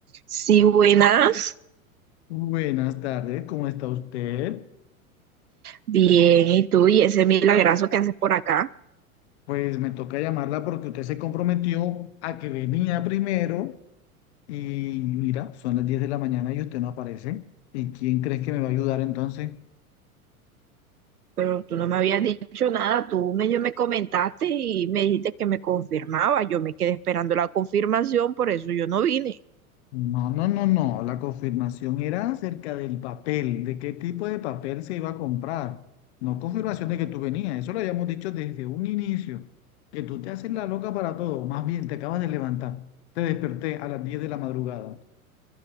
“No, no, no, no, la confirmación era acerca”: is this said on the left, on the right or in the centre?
Left